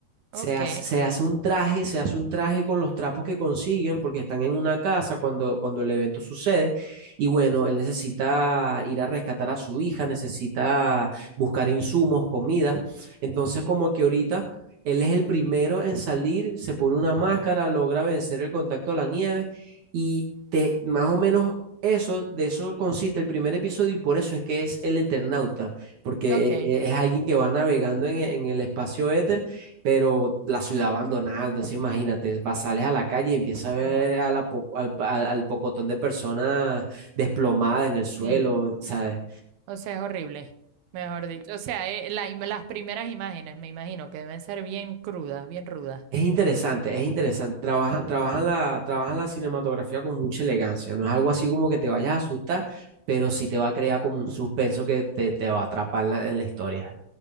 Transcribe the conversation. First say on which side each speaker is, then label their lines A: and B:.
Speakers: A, on the right; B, on the right.
A: Se
B: Ok,
A: hace, se hace un traje, se hace un traje con los trapos que consiguen porque están en una casa cuando, cuando el evento sucede. Y bueno, él necesita ir a rescatar a su hija, necesita buscar insumos, comida. Entonces, como que ahorita él es el primero en salir, se pone una máscara, logra vencer el contacto a la nieve y te, más o menos eso, de eso consiste el primer episodio y por eso es que es el Eternauta, porque
B: ok.
A: eh, eh, es alguien que va navegando en, en el espacio éter pero la ciudad abandonada, sí, imagínate, vas, sales a la calle y empiezas a ver
B: Wow.
A: a la po- al, al- al pocotón de personas desplomadas en el suelo,
B: Sí.
A: ¿sabes?
B: O sea, es horrible, mejor dicho. O sea, eh, la im- las primeras imágenes, me imagino, que deben ser bien crudas, bien rudas.
A: Es interesante, es interesante. Trabajan, trabajan la, trabajan la cinematografía con mucha elegancia. No es algo así como que te vayas a asustar, pero sí te va a crear como un suspenso que te, te va a atrapar en la, en la historia.